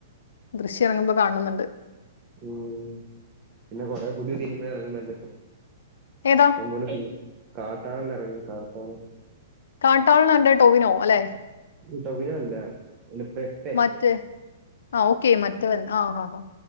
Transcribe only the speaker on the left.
ദൃശ്യം ഇറങ്ങുമ്പോ കാണണന്നുണ്ട്
ഏതാ
കാട്ടാളനന്റെ ടൊവിനോ അല്ലെ
മറ്റേ ആഹ് ഓക്കെ മറ്റവൻ ആഹ് ആഹ് ആഹ്